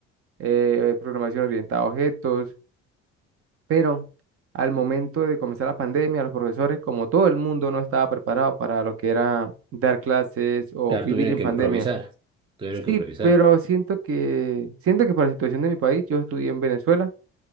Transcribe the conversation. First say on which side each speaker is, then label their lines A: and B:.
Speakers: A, on the right; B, on the right.
A: eh, programación orientada a objetos. Pero al momento de comenzar la pandemia, los profesores, como todo el mundo, no estaba preparado para lo que era dar clases o
B: Claro,
A: vivir
B: tuvieron
A: en
B: que
A: pandemia.
B: improvisar, tuvieron que
A: Sí,
B: improvisar.
A: pero siento que, siento que por la situación de mi país, yo estudié en Venezuela